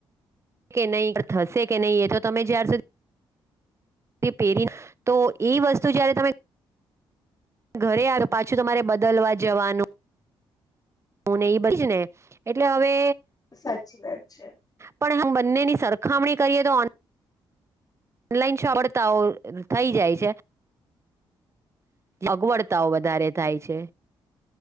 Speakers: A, on the right (about 25°); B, on the left (about 35°).
A: કે નહીં થશે કે નહીં એ તો તમે જ્યાર સુધી પેરી તો એ વસ્તુ જયારે તમે ઘરે આવ્યો પાછું તમારે બદલવા જવાનું હું ને એ બધી ને એટલે હવે
B: સાચી વાત છે.
A: પણ હમ, બંનેની સરખામણી કરીએ તો ઓનલાઈન છ, વળતાઓ થઈ જાય છે. અગવડતાઓ વધારે થાય છે.